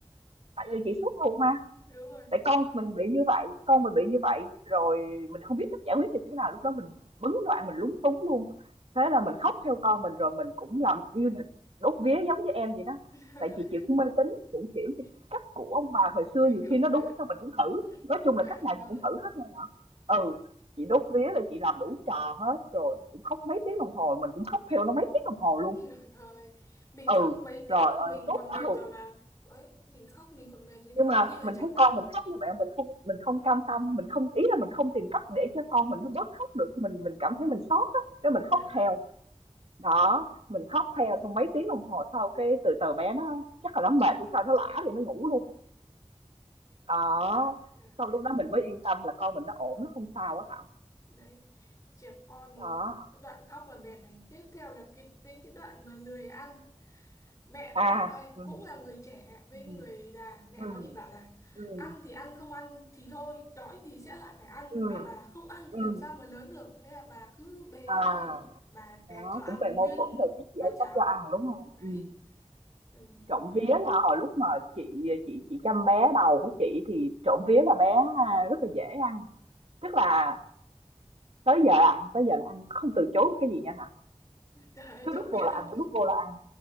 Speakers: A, on the right (about 65°); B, on the left (about 30°).
A: tại vì chị suốt ruột mà
B: đúng rồi
A: tại con mình bị như vậy con mình bị như vậy rồi mình không biết cách giải quyết như thế nào lúc đó mình bấn loạn mình lúng túng luôn thế là mình khóc theo con mình rồi mình cũng làm như là đốt vía giống như em vậy đó
B: <laughs>
A: tại vì chị cũng mê tín cũng kiểu
B: Dạ,
A: như cách của ông bà hồi xưa
B: ngay
A: nhiều
B: cái ông
A: khi nó
B: bà
A: đúng sao mình cũng thử nói
B: dạ
A: chung là cách nào
B: đúng
A: chị cũng
B: rồi
A: thử hết luôn hả ừ chị đốt vía là chị làm đủ trò hết rồi cũng khóc mấy tiếng đồng hồ mình cũng khóc theo nó mấy tiếng đồng hồ luôn
B: Trời ơi mình
A: ừ
B: khóc mấy tiếng
A: rồi
B: mà
A: ơi
B: mình
A: tốt
B: còn
A: cả
B: mệt
A: ruột
B: rồi mà đấy mình khóc mình còn mệt thì nói
A: Nhưng mà
B: chi là
A: mình
B: trẻ
A: thấy
B: con
A: con mình khóc như vậy mình không mình không cam tâm, mình không ý là mình không tìm cách để cho con mình nó bớt khóc được, mình mình cảm thấy mình xót á, cái mình khóc
B: dạ
A: theo. Đó,
B: <laughs>
A: mình khóc theo xong mấy tiếng đồng hồ sau cái từ từ bé nó chắc là nó mệt thì sao nó lả thì nó ngủ luôn. Đó,
B: dạ
A: sau lúc đó mình mới yên tâm là con mình nó ổn, nó không sao á Thảo.
B: đấy trẻ con
A: Đó.
B: mà cái đoạn khóc là mệt này tiếp theo là cái đến cái đoạn mà lười ăn mẹ nó
A: À,
B: đây
A: ừ,
B: cũng là người trẻ với
A: ừ,
B: người già mẹ
A: ừ,
B: nó thì bảo là
A: ừ,
B: ăn thì ăn không ăn thì thôi đói thì sẽ lại phải ăn
A: ừ,
B: mẹ bảo là không ăn
A: ừ.
B: thì làm sao mà lớn được thế là bà cứ bế
A: À,
B: ra bà kèm
A: đó
B: cho ăn
A: cũng về mâu
B: nguyên
A: thuẫn
B: một
A: về cái gì
B: bát
A: ấy
B: cháo
A: cấp cho ăn đúng không?
B: đấy
A: Ừ.
B: ừ.
A: Trộm vía là hồi lúc mà chị chị chị chăm bé đầu của chị thì trộm vía là bé à, rất là dễ ăn tức là tới giờ là ăn tới giờ là ăn không từ chối cái gì nha hả
B: trời ơi,
A: cứ
B: trộm
A: đút
B: vía
A: vô là
B: thật
A: ăn đút vô là ăn